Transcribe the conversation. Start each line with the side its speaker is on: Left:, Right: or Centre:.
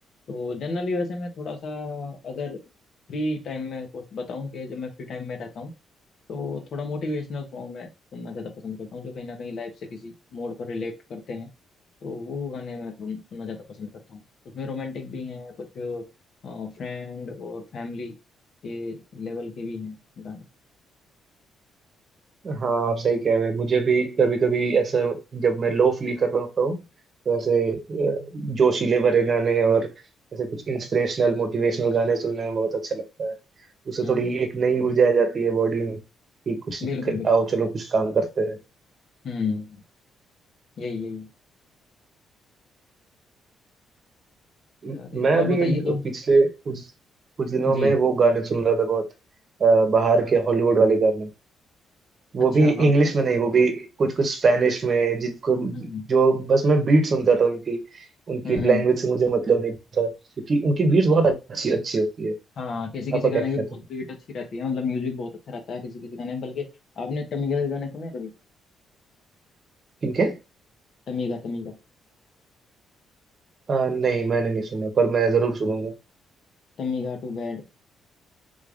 Left: तो जनरली वैसे मैं थोड़ा सा अगर फ्री टाइम में कुछ बताऊं कि जब मैं फ्री टाइम में रहता हूँ तो थोड़ा मोटिवेशनल सॉन्ग मैं सुनना ज़्यादा पसंद करता हूँ जो कहीं ना कहीं लाइफ से किसी मोड़ पर रिलेट करते हैं तो वो गाने मैं थोड़ा सुनना ज़्यादा पसंद करता हूँ उसमें रोमांटिक भी हैं कुछ फ्रेंड और फैमिली के लेवल के भी हैं गाने
Right: हाँ आप सही कह रहे हैं मुझे भी कभी कभी ऐसे जब मैं लो फील कर रहा होता हूँ तो ऐसे अ, जोशीले भरे गाने और ऐसे कुछ इंस्पिरेशनल मोटिवेशनल गाने सुनने में बहुत अच्छा लगता है उससे
Left: हम्म
Right: थोड़ी एक नई ऊर्जा आ जाती है बॉडी में कि कुछ
Left: बिल्कुल
Right: क-
Left: बिल्कुल
Right: आओ चलो कुछ काम करते हैं
Left: हम्म यही यही चला
Right: म-
Left: गया।
Right: मैं
Left: और
Right: अभी
Left: बताइए
Right: एक
Left: तो
Right: पिछले कुछ कुछ दिनों
Left: जी
Right: में वो गाने सुन रहा था बहुत अ, बाहर के हॉलीवुड वाले गाने वो
Left: अच्छा
Right: भी इंग्लिश
Left: हाँ हाँ,
Right: में नहीं वो भी कुछ कुछ स्पेनिश में जिनको
Left: हम्म
Right: जो बस मैं बीट सुनता था उनकी उनकी
Left: हम्म हम्म।
Right: लैंग्वेज से मुझे मतलब नहीं था क्योंकि उनकी बीट्स बहुत अच्छी अच्छी होती है
Left: हाँ किसी किसी
Right: आपका क्या
Left: गाने
Right: कहते
Left: की बहुत
Right: हैं
Left: बीट अच्छी रहती है मतलब म्यूजिक बहुत अच्छा रहता है किसी किसी गाने में। बल्कि आपने टमीगा के गाने सुने हैं कभी
Right: किनके
Left: टमीगा टमीगा
Right: अ, नहीं मैंने नहीं सुना पर मैं जरूर सुनूंगा
Left: टमीगा टू बैड